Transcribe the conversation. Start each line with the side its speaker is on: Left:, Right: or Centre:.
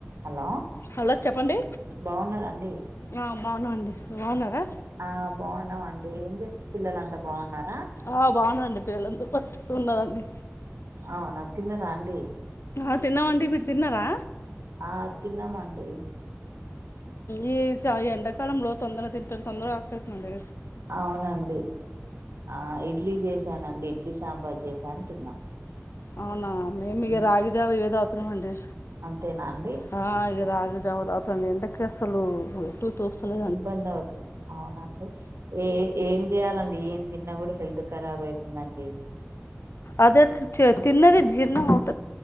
Right: హలో
Left: హలో చెప్పండి
Right: బాగున్నారా అండి
Left: ఆ బాగున్నామండి బాగున్నారా
Right: ఆ బాగున్నావండి ఏం చేసా పిల్లలంతా బాగున్నారా
Left: ఆ బాగునరండి పిల్లలు అందరూ ఉన్నారండీ
Right: అవునా తిన్నరా అండి
Left: ఆ తిన్నామండి మీరు తిన్నారా
Right: ఆ తిన్నామండి
Left: ఈ ఎండాకాలంలో తొందర తింటాను తొందర ఆకలౌతుందండీ
Right: అవునండి ఆ ఇడ్లీ చేసానండి ఇడ్లీ సాంబార్ చేసాను తిన్నాం
Left: అవునా మేము ఇక
Right: ఉమ్,
Left: రాగి జావ ఇవె తాగుతున్నామండి
Right: అంతేనా అండి
Left: హ రాగి జావా తాగుతానా ఎండకి అసలు ఎటు తోస్తలేదు
Right: ఇబ్బంది అవుతుంది అవునండి ఏ ఏం చేయాలండి ఏం తిన్నా కూడా హెల్త్ ఖరాబ్ అవుతుందండి
Left: అదె తిన్నది జీర్ణం అవుత